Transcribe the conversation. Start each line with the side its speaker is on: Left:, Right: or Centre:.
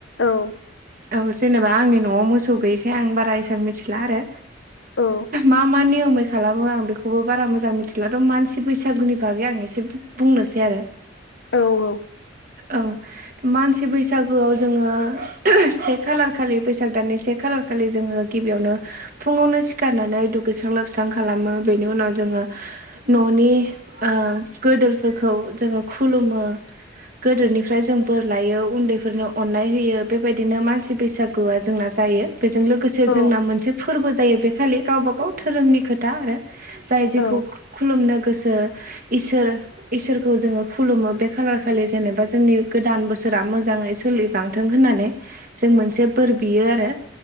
Left: औ
Right: औ जेनेबा आंनि न'आव मोसौ गैयिखाय आं बारा एसां मिथिला आरो
Left: औ
Right: मा मा नियमै खालामो आं बे खौबो बारा मोजां मिथिला मानसि बैसागुनि बागै आं एसे बुंनोसै आरो
Left: औ औ
Right: औ मानसि बैसागुआव जोङो से खालार खालि बैसाग दाननि से खालार खालि जोङो गिबियावनो फुङावनो सिखारनानै दुगैस्रां लोबस्रां खालामो बेनि उनाव जोङो न'नि ओ गोदोरफोरखौ जोङो खुलुमो गोदोनिफ्राय जों बोर लायो उन्दैफोरनो अननाय होयो बेबायदिनो मानसि बैसागुआ जोंना जायो बेजों लोगोसे
Left: औ
Right: जोंना मोनसे फोरबो जायो बे खालि गावबागाव धोरोमनि खोथा आरो जाय जेखौ
Left: औ
Right: खुलुमनो गोसो सोर इसोरखौ जोङो खुलुमो बे खालार खालि जेनेबा जोंनि गोदान बोसोरा मो जाङै सोलिलांथों होननानै जों मोनसे बोर बियो आरो